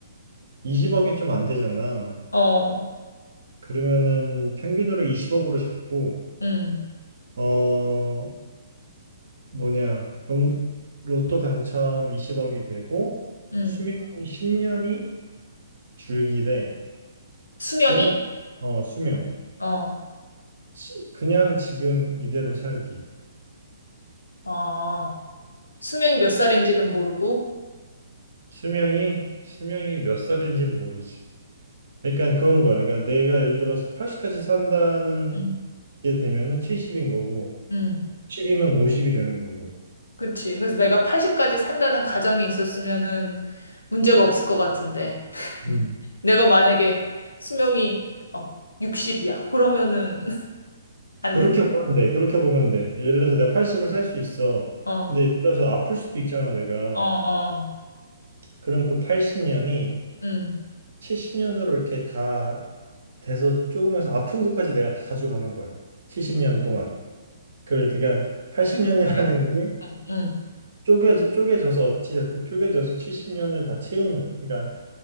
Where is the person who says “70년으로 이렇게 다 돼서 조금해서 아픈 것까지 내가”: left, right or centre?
Right